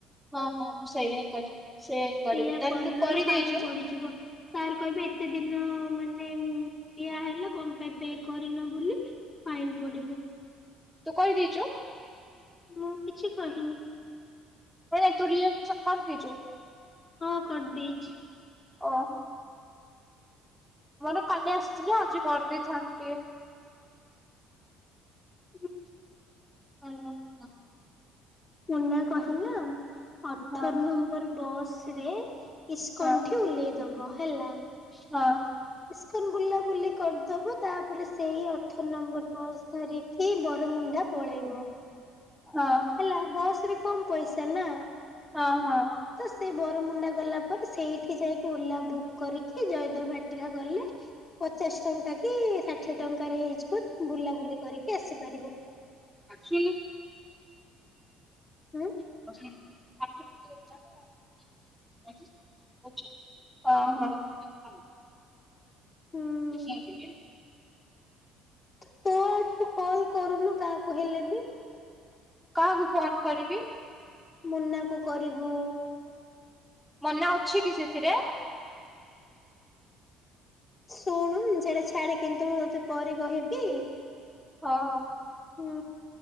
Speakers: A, in the centre; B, on the left.
A: ହଁ ହଁ ମୁଁ ସେଇୟା ହିଁ କରିବି ସେଇୟା ହିଁ କରିବି
B: ସେଇଆ
A: ତାହେଲେ
B: କରେ
A: ତୁ
B: ନହେଲେ
A: କରିଦେଇଛୁ।
B: ଫାଇନ ସାର୍ କହିବେ ଏତେ ଦିନ ମାନେ ଦିଆ ହେଲା କଣ ପାଇଁ ପେ କରିନ ବୋଲି ଫାଇନ ପଡିବ।
A: ତୁ କରିଦେଇଛୁ।
B: ମୁଁ କିଛି କହିନି।
A: ନ ନାଇ ତୁ ରିଏଡମିଶନ କରିଦେଇଛୁ।
B: ହଁ କରିଦେଇଛି।
A: ଓହୋ। ମୋର କାଲି ଆସିଥିଲେ ଆଜି କରିଦେଇଥାନ୍ତି।
B: ହୁଁ।
A: ହୁଁ।
B: ମୁନା କହିଲା ଅଠର
A: ହଁ
B: ନମ୍ବର ବସ ରେ ଇସ୍କଣ୍ଠି
A: ହଁ
B: ଓହ୍ଲେଇଦବ ହେଲା।
A: ହଁ।
B: ଇସ୍କନ ବୁଲାବୁଲି କରିଦବ ତାପରେ ସେଇ ଅଠର ନମ୍ବର ବସ୍ ଧରିକ କି ବରମୁଣ୍ଡା ପଳେଇବ।
A: ହଁ।
B: ହେଲା ବସରେ କମ ପଇସା ନା।
A: ହଁ ହଁ।
B: ତ ସେଇ ବରମୁଣ୍ଡା ଗଲା ପରେ ସେଇଠି ଯାଇକି ଓଲା ବୁକ୍ କରିକି ଜୟଦେବ ବାଟିକା ଗଲେ ପଚାଶ ଟଙ୍କା କି ଷାଠିଏ ଟଙ୍କାରେ ହେଇଯିବ ବୁଲାବୁଲି କରିକି ଆସିପାରିବ।
A: ଆକଚୁଏଲି
B: ହୁଁ।
A: <unintelligible> ହଁ ହ।
B: ହୁଁ
A: <unintelligible>
B: ତୁ ଆଡୁ ତୁ କଲ କରୁନୁ କାହାକୁ ହେଲେ ବି।
A: କାହାକୁ ଫୋନ କରିବି।
B: ମୁନାକୁ କରିବୁ।
A: ମନା ଅଛି କି ସେଥିରେ।
B: ଶୁଣୁ ସେଇଟା ଛାଡେ କିନ୍ତୁ ମୁଁ ତତେ ପରେ କହିବି
A: ହଁ ହଁ।
B: ହୁଁ